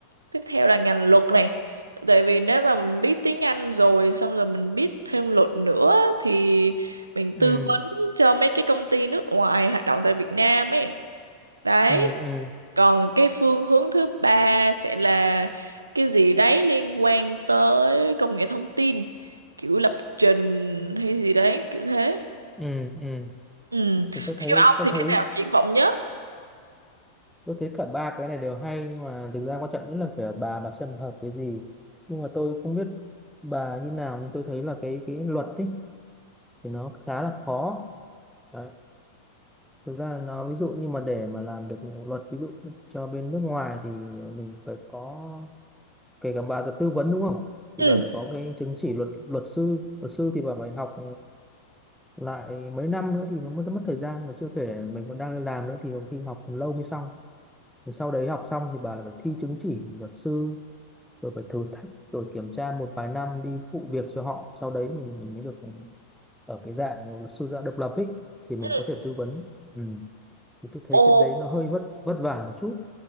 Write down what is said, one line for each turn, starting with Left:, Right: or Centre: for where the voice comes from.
Right: tiếp theo là ngành luật này tại vì nếu mà mình biết tiếng Anh rồi xong rồi mình biết thêm luật nữa thì mình
Centre: ừ
Right: tư vấn cho mấy cái công ty nước ngoài hoạt động tại Việt Nam ấy đấy
Centre: ừ ừ
Right: còn cái phương hướng thứ ba sẽ là cái gì đấy liên quan tới công nghệ thông tin, kiểu lập trình hay gì đấy, kiểu thế.
Centre: ừ ừ
Right: Ừ.
Centre: thì tôi thấy
Right: Theo ông
Centre: tôi
Right: thì
Centre: thấy
Right: cái nào triển vọng nhất?
Centre: tôi thấy cả ba cái này đều hay nhưng mà thực ra quan trọng nhất là phải ở bà bà xem hợp cái gì nhưng mà tôi không biết bà như nào nhưng tôi thấy là cái cái luật ấy thì nó khá là khó đấy thực ra là nó ví dụ như mà để mà làm được luật ví dụ cho bên nước ngoài thì mình phải có kể cả bà là tư vấn đúng không thì
Right: Ừ.
Centre: bà phải có cái chứng chỉ luật luật sư luật sư thì bà phải học lại mấy năm nữa thì nó mới rất mất thời gian mà chưa kể mình còn đang đi làm nữa thì có khi học lâu mới xong Rồi sau đấy học xong thì bà lại phải thi chứng chỉ luật sư rồi phải thử thách rồi kiểm tra một vài năm đi phụ việc cho họ sau đấy mình mình mới được ở cái dạng luật sư dạng độc lập ấy thì mình
Right: Ừ.
Centre: có thể tư vấn ừ. thì tôi thấy
Right: Ồ.
Centre: cái đấy nó hơi vất vất vả một chút